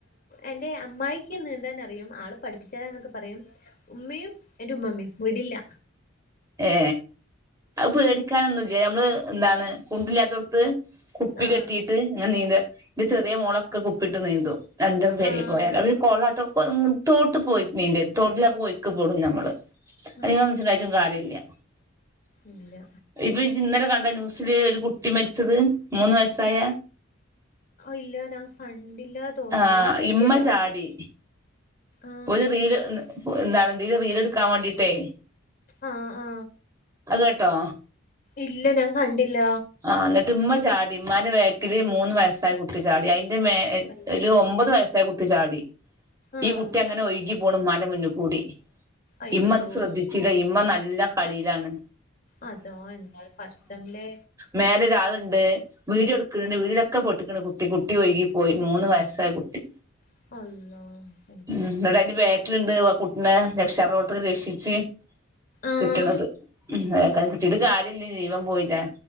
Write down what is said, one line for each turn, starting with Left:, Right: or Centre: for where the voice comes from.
Left: എൻറെ അമ്മായിക്ക് നീന്താൻ അറിയും ആള് പഠിപ്പിച്ചരാ എന്നൊക്കെ പറയും ഉമ്മയും എന്റെ ഉമ്മമ്മയും വിടില്ല
Right: ഏ അത് പേടിക്കാനൊന്നും നമ്മള് എന്താണ് കുണ്ട് ല്ലാത്തോടത്ത് കുപ്പി
Left: ആഹ്
Right: കെട്ടിയിട്ട് ഞാൻ നീന്ത ഇന്റെ ചെറിയ മോളൊക്കെ കുപ്പിട്ട് നീന്തു രണ്ടും വെരി
Left: ആഹ്
Right: പോയാല അവര് കൊള്ളാട്ടോ ഇപ്പം, തോട്ട് പോയി നീ തോട്ടില പോയിക്കക്ക് പോടുംഞമ്മള് അത്
Left: ആഹ്
Right: മെച്ചായിട്ടും കാര്യ <inaudible>
Left: ഇല്ല
Right: ഇപ്പ ഇന്നലെ കണ്ട ന്യൂസില് ഒരു കുട്ടി മരിച്ചത് മൂന്ന് വയസ്സായ-
Left: ഇല്ല ഞാൻ കണ്ടില്ല തോന്നുന്നു
Right: ആഹ്
Left: എന്ത് പറ്റിയതാ
Right: ഇമ്മ ചാടി
Left: ആഹ്
Right: ഒരു റീൽ എന്താണ്ന്തല് റീൽ എടുക്കാൻ വേണ്ടീട്ടേ
Left: ആഹ ആഹ
Right: അത കേട്ടോ
Left: ഇല്ല ഞാൻ കണ്ടില്ല
Right: ആഹ എന്നിട്ട് ഇമ്മ ചാടി ഉ്മാന്റെ ബേക്കില് മൂന്ന് വയസ്സായ കുട്ടി ചാടി അയിന്റെ മേ
Left: അയ്യോ
Right: ഒരു ഒമ്പത് വയസ്സായ കുട്ടി ചാടി
Left: ആഹ്
Right: ഈ കുട്ടി അങ്ങനെ ഒ ഇ പോണം മല മുന്ന കൂടി
Left: അയ്യോ
Right: ഇമ്മത് ശ്രദ്ധിച്ചില്ല ഇമ്മ നല്ല കളിയിലാണ്
Left: അതോ എന്തായാലും കഷ്ടംല്ലേ
Right: മേലൊരാളുണ്ട് വീട് എടുക്കണ്ട് വീടിലൊക്കെ പൊട്ടിക്കണ്ട് പൊട്ടി പൊട്ടി വൈകി പോയി മൂന്ന് വയസായ കുട്ടി
Left: അഹ്
Right: ഉ എന്നിട്ട് അതിന്റെ ബേക്കിലിണ്ട് ആ കുട്ടിയെ രക്ഷാപ്രവർത്തകർ രക്ഷിച്ച്
Left: ആഹ്
Right: കിട്ടണത് അതക്ക കിട്ടീട്ട് കാര്യല്ല ജീവൻ പോയില്ലേ